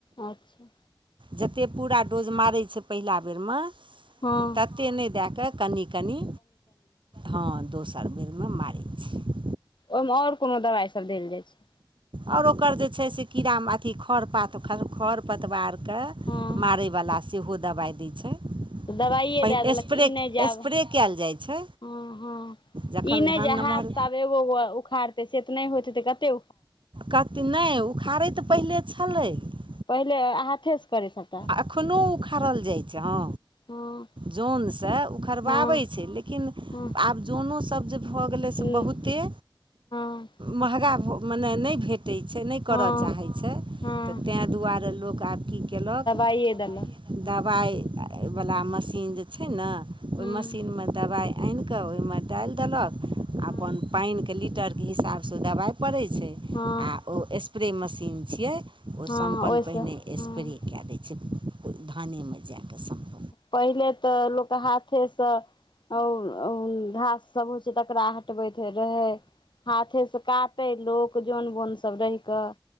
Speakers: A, on the left; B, on the right.
A: अच्छा
B: जतेक पूरा डोज मारै छै पहिला बेरमे
A: हँ
B: तते नहि दए कऽ कनि कनि हँ दोसर बेरमे मारै छी
A: ओहिमे आओर कोनो दवाइसभ देल जाइत छै
B: आओर ओकर जे छै से कीड़ा मखोरा अथि खर पतवार के
A: हँ
B: मारैवला सेहो दबाइ दै छै
A: तऽ दबाइए
B: पहि
A: दए देलक
B: स्प्रे
A: ई नहि जायब
B: स्प्रे कयल जाइ छै
A: हँ हँ
B: जखन
A: ई नहि
B: धान
A: जे
B: नमहर
A: हाथ से आब एगो गो उखाड़ते से तऽ नहि होते तऽ कते
B: कहथि नहि उखाड़ै तऽ पहिले छलै आ
A: पहिले हाथेसँ करै सबटा
B: एखनो उखाड़ल जाइ छै हँ
A: हँ
B: जनसँ उखरबाबै
A: हँ
B: छै लेकिन
A: हँ
B: आब जनसँ भऽ गले जे
A: हँ
B: बहुते
A: हँ
B: महँग या ने भेटेत छै टै छै नहि करऽ
A: हँ
B: चाहैत छै
A: हँ
B: तऽ ताहि दुआरे लोक आब की केलक
A: कइ अदल
B: दबाइ वला मशीन जे छै ने ओहि
A: हँ
B: मशीनमे दबाइ आनिकऽ ओहिमे डालि देलक
A: हँ
B: अपन पानिके लीटरके हिसाबसँ ओ दबाइ पड़ै छै आ
A: हँ
B: ओ स्प्रे मशीन छियै ओ
A: हँ
B: सम्पन्न
A: ओहिसँ
B: पहिने
A: हँ
B: स्प्रे कए क से धानेमे जाकऽ सम
A: पहिले तऽ लोक हाथेसँ आ घास सब होइ छै तकरा हटबैत रहै हाथे से काटे लोक जन बोन सब रहि कऽ